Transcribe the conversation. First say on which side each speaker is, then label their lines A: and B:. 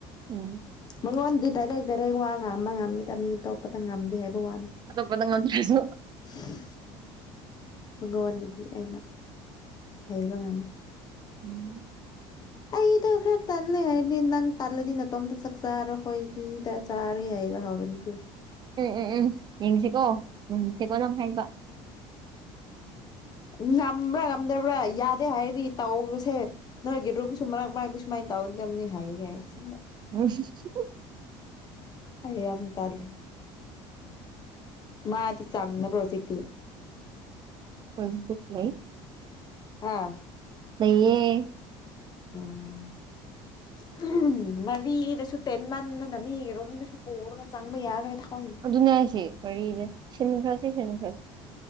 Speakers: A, on the right; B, on the left.
A: ꯎꯝ
B: ꯃꯉꯣꯟꯗꯤ ꯗꯥꯏꯔꯦꯛ ꯗꯥꯏꯔꯦꯛ ꯋꯥ ꯉꯥꯡꯕ ꯉꯝꯃꯤꯗ ꯃꯤ ꯑꯇꯣꯞꯄꯇ ꯉꯝꯗꯦ ꯍꯥꯏꯕ ꯋꯥꯅꯤ
A: ꯑꯇꯣꯞꯄꯗ ꯉꯝꯗ꯭ꯔꯁꯨ
B: <unintelligible> ꯃꯉꯣꯟꯗꯗꯤ ꯑꯩꯅ ꯍꯥꯏꯕ ꯉꯝꯃꯤ
A: ꯎꯝ
B: ꯑꯩꯗꯣ ꯈꯔ ꯇꯜꯂꯦ ꯍꯥꯏꯗꯤ ꯅꯪ ꯇꯜꯂꯗꯤ ꯅꯇꯣꯝꯇ ꯆꯥꯛ ꯆꯥꯔꯣ ꯍꯣꯏꯗꯨꯏꯗ ꯆꯥꯔꯦ ꯍꯥꯏꯕ ꯍꯥꯎꯔꯅꯤ ꯀꯩꯅꫭ
A: ꯎꯝ ꯎꯝ ꯎꯝ ꯌꯦꯡꯁꯤꯀꯣ ꯎꯝ ꯁꯤꯀꯣ ꯅꯪ ꯍꯥꯏꯗꫭ
B: ꯉꯝꯕ꯭ꯔꯥ ꯉꯝꯗꯕ꯭ꯔꯥ ꯌꯥꯗꯦ ꯍꯥꯏꯔꯗꯤ ꯇꯧꯁꯦ ꯅꯣꯏꯒꯤ ꯔꯨꯝꯁꯨ ꯃꯔꯛ ꯃꯔꯛꯇ ꯁꯨꯃꯥꯏꯅ ꯇꯧꯒꯗꯕꯅꯤ ꯍꯥꯏꯌꯦꯒ ꯏꯁꯦꯡꯕ
A: <unintelligible>
B: ꯑꯩ ꯌꯥꯝ ꯇꯜꯂꯦ ꯃꯥꯗꯤ ꯆꯥꯡꯅꯕ꯭ꯔꯣ ꯍꯧꯖꯤꯛꯇꯤ
A: <unintelligible>
B: ꯍꯥꯥ
A: ꯂꯩꯌꯦ
B: ꯑꯣ ꯃꯔꯤꯗꯁꯨ ꯇꯦꯟ ꯃꯟꯗꯅ ꯃꯤ ꯔꯣꯝꯗꯁꯨ ꯄꯨꯔꯒ ꯆꯪꯕ ꯌꯥꯔꯣꯏ ꯊꯥꯑꯣꯏꯅ
A: ꯑꯗꯨꯅꯦ ꯍꯥꯏꯁꯦ ꯋꯥꯔꯤꯅꯦ ꯁꯤꯟꯈ꯭ꯔꯥꯁꯦ ꯁꯤꯟꯈ꯭ꯔꯁꯦ